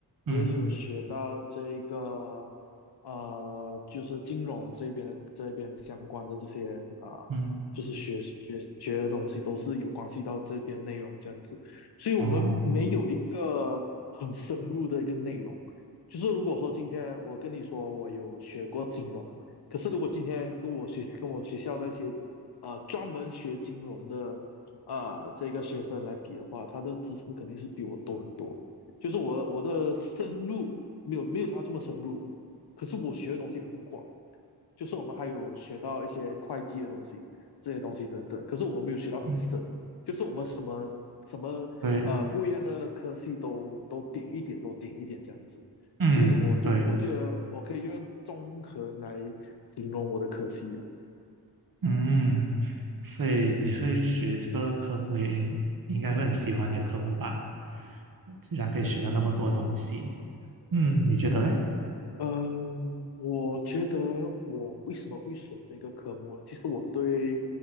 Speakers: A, on the right (about 55°); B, on the left (about 70°).
A: 嗯
B: 也有学到这个呃就是金融这边的这边相关的这些啊、呃就是学学学的东西都是有关系到这边内容这样子。
A: 嗯，
B: 所以我们没有一个很深入的一个内容。
A: 哦，
B: 就是如果说今天我跟你说我有学过金融，可是如果今天跟我学跟我学校那些呃专门学金融的啊、呃这个学生来比的话，他的知识肯定是比我多很多。就是我我的深入没有没有他这么深入，可是我学的东西很广。就是我们还有学到一些会计的东西，这些东西等等。可是我们没有学到很深，
A: 嗯，
B: 就是我们什么什么呃不一样的科系都都顶一点，
A: 对，
B: 都顶一点这样子。
A: 嗯对。
B: 所以我这个我觉得我可以用综合来形容我的科系啊。
A: 嗯，所以你会学这个科目也应应该会很喜欢你的科目吧？居然可以学到那么多东西，嗯，你觉得嘞？
B: 嗯，我觉得我为什么会选这个科目呢？其实我对